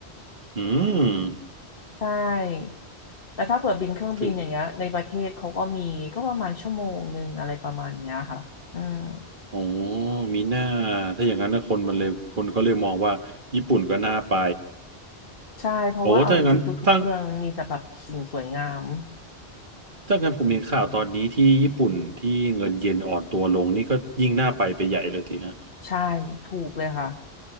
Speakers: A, on the right; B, on the left.
A: อื
B: ใช่แต่ถ้าเผื่อบินเครื่องบินอย่างเงี้ยในประเทศเขาก็มีก็ประมาณชั่วโมงหนึ่งอะไรประมาณเนี้ยค่ะอืม
A: ม อ๋อมีหน้าถ้าอย่างนั้นนะคนมันเลยคนเขาเลยมองว่าญี่ปุ่นก็น่าไป
B: ใช่เพราะว่าเอาจริงๆทุกๆเมืองมีแต่แบบสิ่งสวยงาม
A: โอ้ถ้าอย่างนั้นถ้าถ้างั้นผมเห็นข่าวตอนนี้ที่ญี่ปุ่นที่เงินเยนอ่อนตัวลงนี่ก็ยิ่งน่าไปไปใหญ่เลยทีฮะ
B: ใช่ถูกเลยค่ะ